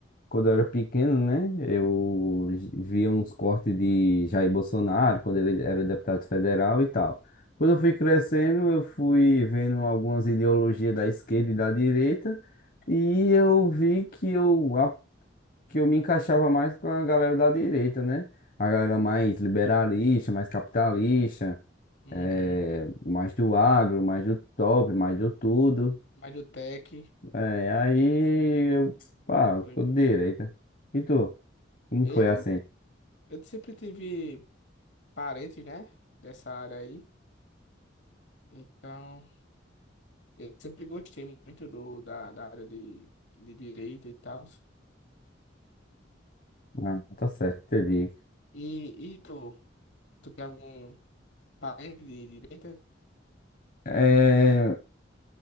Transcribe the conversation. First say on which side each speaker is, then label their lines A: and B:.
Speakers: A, on the left (about 45°); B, on the left (about 70°).
A: Quando eu era pequeno, né? Eu via uns cortes de Jair Bolsonaro, quando ele era deputado federal e tal. Quando eu fui crescendo, eu fui vendo algumas ideologias da esquerda e da direita, e eu vi que eu, a- que eu me encaixava mais com a galera da direita, né? A galera mais liberalista, mais capitalista,
B: Uhum.
A: eh, mais do agro, mais do top, mais do tudo.
B: Mas do tech,
A: É, aí eu, pá,
B: tô ligado.
A: tô de direita. E tu? Como
B: Eu,
A: foi assim?
B: eu sempre tive parentes, né? Dessa área aí. Então, eu sempre gostei muito do, da, da área de, de direita e tal.
A: Ah, tá certo, entendi.
B: E, e tu, tu tem algum parente de direita?
A: É,